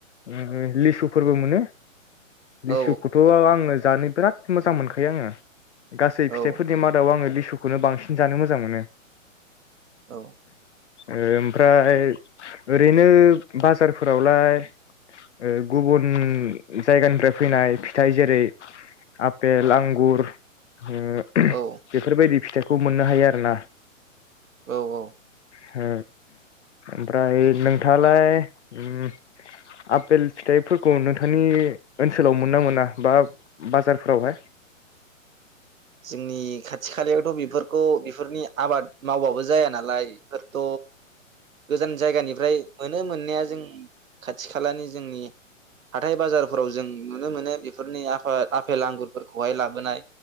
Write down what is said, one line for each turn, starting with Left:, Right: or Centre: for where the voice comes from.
Left: ओम लिसुफोरबो मोनो। लिसुखौथ'
Right: औ
Left: आ-आंनो जानि बिराद मोजां मोनखायो आङो। गासै
Right: औ
Left: फिथाइफोरनि मादाव आङो लि लिसुखौनो बांसिन जानो मोजां मोनो
Right: औ
Left: ओमफ्राय ओरैनो बाजारफोरावलाय ओ गुबुन जायगानिफ्राय फैनाय फिथाइ जेरै आपेल आंगुर ओम
Right: औ
Left: बेफोर बायदि फिथाइ खौ मोननो हायो आरो ना
Right: औ औ
Left: हो ओमफ्राय नोंथाङालाय ओम आपेल फिथाइफोरखौ नोंथांनि ओनसोलाव मोनोना मोना बा बा बाजारफोरावहाय।
Right: जोंनि खाथि खालायावथ बेफोरखौ बेफोरनि आबाद मावबाबो जाया नालाय बेफोरथ गोजान जायगानिफ्राय। मोनो मोननाया जों खाथि खालानि जोंनि हाथाय बाजारफोराव जों नुनो मोनो बेफोरनि आफा आफेल आंगुरफोरखौहाय लाबोनाय।